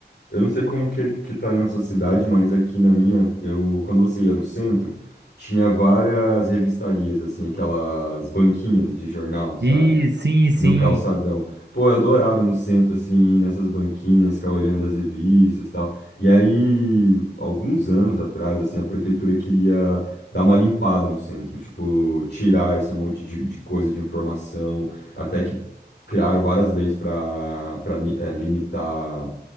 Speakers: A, on the left; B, on the right.
A: Eu não sei como que, que tá aí na sua cidade, mas aqui na minha, eu, quando você ia no centro, tinha várias revistarias, assim, aquelas banquinhas de jornal, sabe?
B: E sim, sim.
A: No calçadão. Pô, eu adorava ir no centro, assim, nessas banquinhas, ficar olhando as revistas e tal. E aí, alguns anos atrás, assim, a prefeitura queria dar uma limpada no centro, tipo, tirar esse monte de, de coisa de informação até que criaram várias leis para para limitar